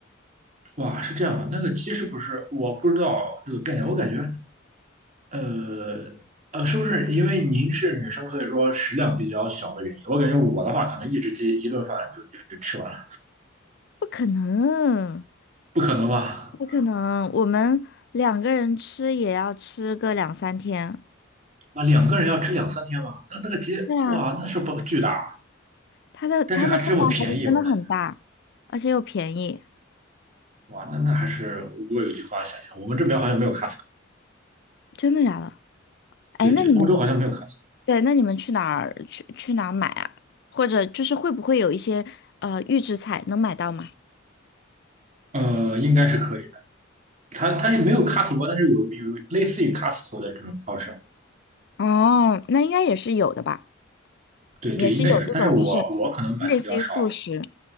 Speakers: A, on the right; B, on the left.
A: 哇，是这样的，那个鸡是不是我不知道这个概念？我感觉，呃呃，是不是因为您是女生，所以说食量比较小的原因？我感觉我的话，可能一只鸡一顿饭就就就吃完了，
B: 不可能，
A: 不可能吧？
B: 不可能，我们两个人吃也要吃个两三天。
A: 啊，两个人要吃两三天吧？那那个鸡，
B: 对啊。
A: 哇，那是不巨大，
B: 它的它的分量还是真的很大，
A: 但是还这么便宜，我感觉，
B: 而且又便宜，
A: 哇，那那还是如果有句话想一想，我们这边好像没有 Costco，
B: 真的假的？哎，
A: 对对，
B: 那你们
A: 欧洲好像没有 Costco，
B: 对，那你们去哪儿去去哪儿买啊？或者就是会不会有一些呃预制菜能买到吗？
A: 呃，应该是可以的，它它也没有 Costco，但是有有类似于 Costco 的这种超市。
B: 哦，那应该也是有的吧，
A: 对对，
B: 也是有这种就是
A: 应该也是，但是我我可能买的比较少。
B: 类似于速食。